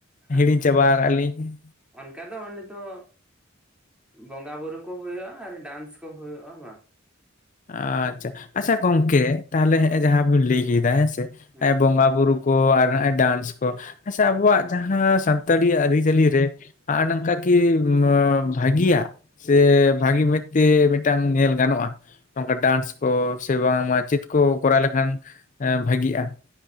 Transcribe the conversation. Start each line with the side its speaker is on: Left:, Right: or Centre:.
Left: ᱦᱤᱲᱤᱧ
Centre: ᱟᱪᱪᱷᱟ
Left: ᱪᱟᱵᱟ ᱟᱠᱟᱜ ᱞᱤᱧ ᱾
Centre: ᱚᱱᱠᱟ ᱫᱚ ᱚᱸᱰᱮ ᱛᱚ ᱵᱚᱸᱜᱟ ᱵᱩᱨᱩ ᱠᱚ ᱦᱩᱭᱩᱜᱼᱟ ᱟᱨ ᱰᱟᱱᱥ ᱠᱚ ᱦᱩᱭᱩᱜᱼᱟ ᱵᱟᱝ ᱾
Left: ᱟᱪᱪᱷᱟ ᱟᱪᱪᱷᱟ ᱠᱚᱝᱠᱮ ᱛᱟᱦᱮᱞᱮ
Centre: ᱦᱩᱸ
Left: ᱦᱮᱸᱜᱼᱮ ᱡᱟᱦᱟᱸ ᱵᱤᱱ ᱞᱮᱭ ᱠᱮᱫᱟ ᱦᱮᱸᱥᱮ
Centre: ᱦᱩᱸ ᱦᱩᱸ
Left: ᱵᱚᱸᱜᱟ ᱵᱩᱨᱩ ᱾ ᱠᱚ ᱟᱨ ᱰᱟᱱᱥ ᱠᱚ ᱦᱮᱸᱥᱮ
Centre: ᱦᱩᱸ
Left: ᱟᱵᱚᱣᱟᱜ ᱡᱟᱦᱟᱸ ᱥᱟᱱ ᱛᱟᱲᱤ ᱟᱹᱨᱤᱪᱟᱹᱞᱤ ᱨᱮ ᱟ ᱱᱚᱝᱠᱟ ᱠᱤ <inaudible> ᱵᱷᱟᱹᱜᱤᱭᱟ ᱥᱮ ᱵᱷᱟᱹᱜᱤ ᱢᱤᱫᱛᱮ ᱢᱤᱫᱴᱟᱝ ᱧᱮᱞ ᱜᱟᱱᱚᱜᱼᱟ ᱾ ᱱᱚᱝᱠᱟ ᱰᱟᱱᱥ ᱠᱚ ᱥᱮ ᱵᱟᱝ ᱢᱟᱪᱮᱫ ᱠᱚ ᱠᱚᱨᱟᱣ ᱞᱮᱠᱷᱟᱱ ᱵᱷᱟᱜᱤᱜᱼᱟ ᱾